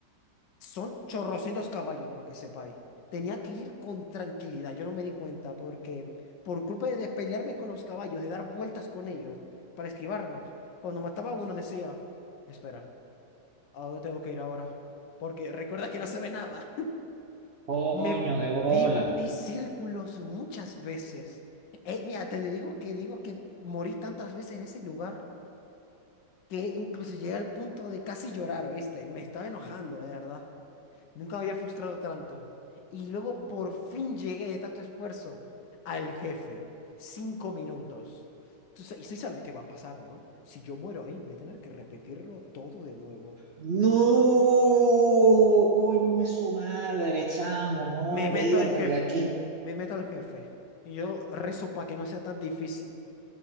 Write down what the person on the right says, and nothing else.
Coño
de
bola.
No, coño es su madre, chamo, no,
verga,
que